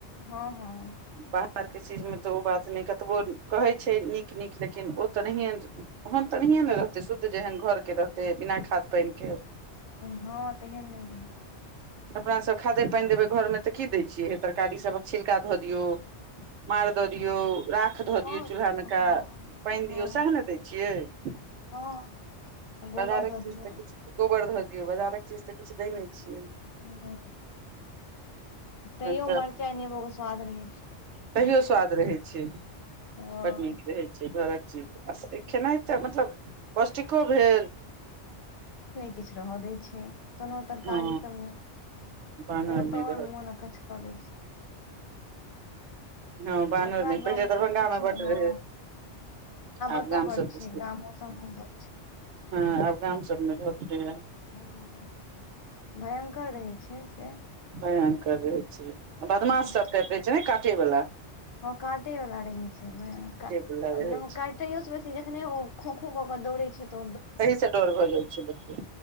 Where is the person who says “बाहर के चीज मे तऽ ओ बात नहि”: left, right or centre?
Right